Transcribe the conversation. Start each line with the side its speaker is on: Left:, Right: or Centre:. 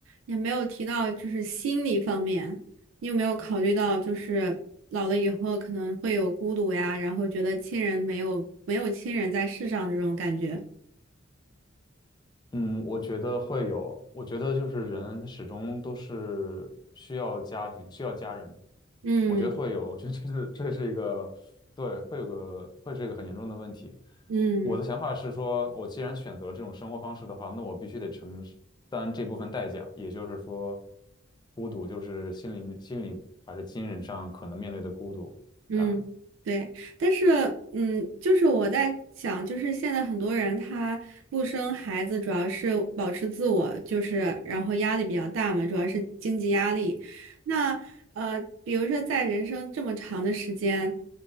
Right: 也没有提到就是心理方面。你有没有考虑到，就是老了以后可能会有孤独呀，然后觉得亲人没有没有亲人在世上的这种感觉？
Left: 嗯，我觉得会有，我觉得就是人他始终都是需要家庭，需要家人，
Right: 嗯
Left: 我觉得会有，我觉得这是这是一个，对，会有个会是一个很严重的问题。
Right: 嗯。
Left: 我的想法是说，我既然选择了这种生活方式的话，那我必须得承担这部分代价，也就是说，孤独就是心理心理还是精神上可能面对的孤独感。
Right: 嗯，对，但是，嗯，就是我在想，就是现在很多人他不生孩子，主要是保持自我，就是然后压力比较大嘛，主要是经济压力。那呃，比如说在人生这么长的时间，